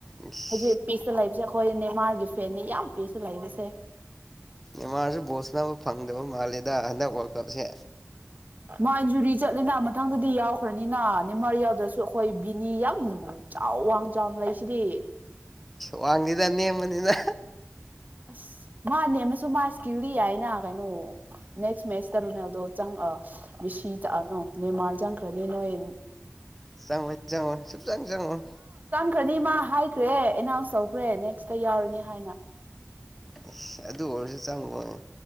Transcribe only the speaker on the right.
ꯦ ꯄꯤꯤꯁ ꯐꯨ ꯂꯥꯏꯐ ꯦ ꯑꯩꯈꯣꯏ ꯅꯦꯃꯥꯔꯒꯤ ꯐꯦꯟꯅꯤ ꯌꯥꯝ ꯄꯦꯁꯤꯂꯕꯁꯦ
ꯃꯥꯟ ꯖꯨꯔꯤ ꯆꯠꯂꯤꯅ ꯃꯊꯪꯗꯗꯤ ꯌꯥꯎ ꯈꯅꯤꯅ ꯅꯤꯃꯥꯔꯤ ꯌꯥꯎꯗ꯭ꯔꯁꯨ ꯑꯩꯈꯣꯏꯕꯤ ꯌꯥꯝ ꯆꯥꯎ ꯋꯥꯡ ꯆꯥꯎꯅ ꯂꯩꯁꯤꯗꯤ
ꯑ ꯃꯥꯅꯦ ꯑꯃꯁꯨ ꯃꯥꯁ ꯀ꯭ꯌꯎꯔꯤ ꯍꯥꯏꯅ ꯀꯥꯏꯩꯅꯅ ꯅꯦꯛꯁ ꯃꯦꯁ ꯆ ꯇꯔꯨꯅꯦ ꯑꯗꯣ ꯆꯪ ꯕꯤꯁꯤ ꯆꯛꯑꯅꯣ ꯃꯦꯟꯃꯥꯔ ꯆꯪꯈ꯭ꯔꯅꯤ ꯅꯣꯏ
ꯀꯅꯤꯃ ꯍꯥꯏ꯫ ꯆꯈ꯭ꯔꯦ ꯑꯦꯅꯥꯎꯟꯁ ꯇꯧꯈ꯭ꯔꯦ ꯅꯦꯛꯁꯇ ꯌꯥꯎꯔꯅꯤ ꯍꯥꯏꯅ꯫